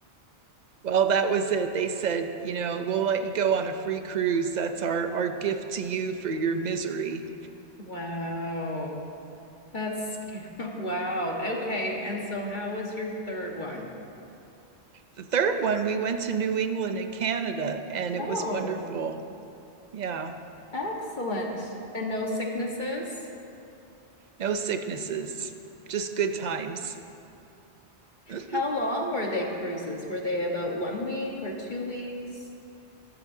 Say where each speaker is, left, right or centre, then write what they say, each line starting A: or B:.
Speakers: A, on the right (about 45°); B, on the left (about 45°).
A: Well, that was it. They said, you know, we'll let you go on a free cruise. That's our our gift to you for your misery.
B: Wow. That's sc- <laughs> wow. Okay, and so how was your third one?
A: The third one, we went to New England and Canada and
B: Oh,
A: it was wonderful. Yeah.
B: excellent. And no sicknesses?
A: No sicknesses, just good times. <laughs> um,
B: How long were they cruises? Were they about one week or two weeks?